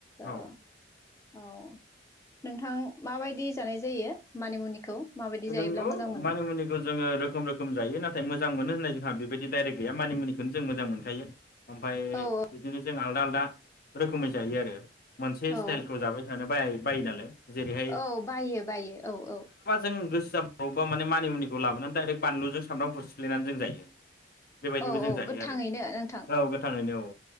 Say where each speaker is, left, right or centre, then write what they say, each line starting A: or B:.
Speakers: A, on the left; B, on the left.
A: अ।
B: औ
A: औ नोंथां माबायदि जानाय जायो मानिमुनिखौ? माबायदि जायोब्ला
B: नोंगौ
A: मोजां मोनो?
B: मानि मुनिखौ जोङो रोखोम रोखोम जायो नाथाय मोजां मोनो होन नाय जोंहा बेबायदि डाइरेक्ट गैया मानि मुनिखौनो जों मोजां मोनखायो। ओमफाय
A: औ औ
B: बिदिनो जों आलदा आल ना रोखोमै जायो आरो। मोनसे
A: औ
B: स्टाइलखौ जाबाय थानो बायो। बायो नालाय जेरैहाय
A: औ बायो बायो औ औ
B: ओं गोसो <unintelligible> माने मानिमुनिखौ लाबोना दाइरेक बानलुजों सामब्राम गुफुर सिफ्लेना जों जायो। बेबायदिबो
A: औ
B: जों
A: औ
B: जायो
A: गोथाङैनो
B: आरो
A: नोंथां
B: औ गोथाङैनो औ